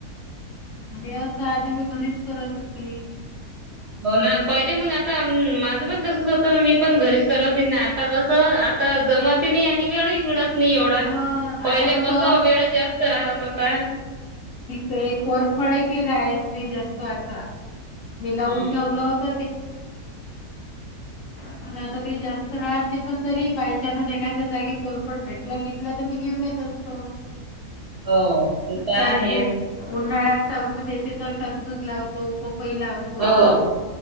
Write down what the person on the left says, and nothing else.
हे असं आधी मी घरीच करत होती.
हा
आता कसं
ते कोरफडे राहेत नाही आता मी
लावून ठेवलं होत. <unintelligible> आणि आता काही जास्त राहत नाही पण तरी बायचानस एखाद्या जागी कोर फड बागीतल तर मी घेऊन येत असतो
टरबू
उन्हाळ्यात तरबूज येते तर तरबूज लावतो, पपई लावतो.